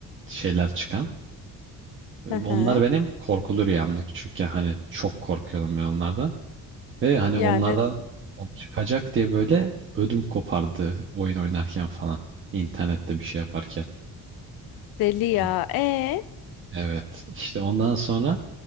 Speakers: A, on the right; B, on the left.
A: şeyler çıkan. E,
B: Hı
A: Onlar
B: hı.
A: benim korkulu rüyamdı küçükken. Hani çok korkuyordum ben onlardan. Ve hani
B: Yani
A: onlardan o çıkacak diye böyle ödüm kopardı oyun oynarken falan. İnternette bir şey yaparken.
B: deli
A: On-
B: ya. E.
A: Evet. İşte ondan sonra